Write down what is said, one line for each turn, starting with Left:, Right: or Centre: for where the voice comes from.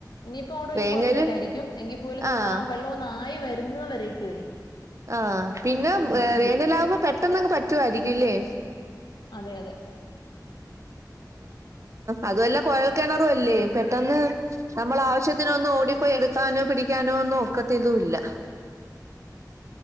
Left: ഇനിയിപ്പോ അതോണ്ട് വല്യ
Right: വേനല്
Left: കൊഴപ്പോല്ലായിരിക്കും. എങ്കിൽ പോലും നമ്മള്
Right: ആഹ്
Left: ആ വെള്ളം ഒന്ന് ആയി വരുന്ന വരേക്കുവേ
Right: ആഹ് പിന്നെ ഉം
Left: ഒരിച്ചിരി
Right: ഏ വേനലാവുമ്പോ <unintelligible> പെട്ടന്നങ് പറ്റുമായിരിക്കുംല്ലേ
Left: അതെ അതെ
Right: അതുഅല്ല കുഴൽക്കിണറും അല്ലേ പെട്ടെന്ന് നമ്മളാവശ്യത്തിനൊന്ന് ഓടിപ്പോയി എടുക്കാനോ പിടിക്കാനോ ഒന്നും ഒക്കത്തിതും ഇല്ല